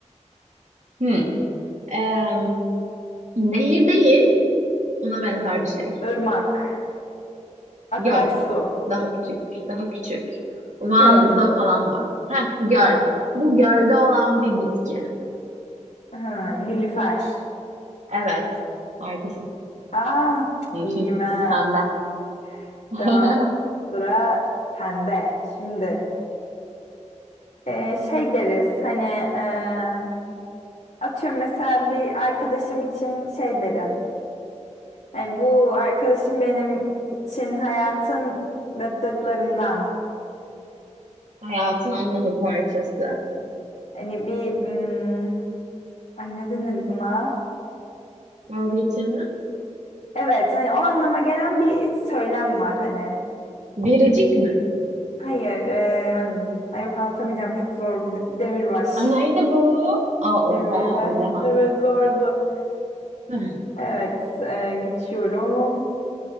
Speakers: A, on the right; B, on the left.
A: Hmm. Ee, nehir değil, ona benzer bir şey.
B: Irmak. Akarsu.
A: Yok, daha küçük, daha küçük. Van'da
B: Göl.
A: falan var. Heh, göl. Bu gölde olan bir bitki.
B: Ha, Nilüfer.
A: Evet, harikasın.
B: Aa,
A: Bunu
B: iyiyim
A: Şimdi
B: ha.
A: sende.
B: <laughs>
A: <laughs>
B: Tamam sıra sende. Şimdi. e, şey deriz hani e, atıyorum mesela bir arkadaşım için şey derim. Hani bu arkadaşım benim için hayatın dıt dıtlarından.
A: Hayatın anlamı parçası.
B: Hani bir hmm, ay ne denir buna?
A: Vazgeçilmez.
B: Evet hani o anlama gelen bir söylem var hani.
A: Biricik mi?
B: Hayır e,
A: Hmm.
B: ay yok anlatamayacağım çok zor. D- Demirbaş.
A: Aa, neydi bu? Aa,
B: Demirbaş.
A: oha bunu bilemem.
B: Evet zordu.
A: <laughs>
B: Evet e, geçiyorum.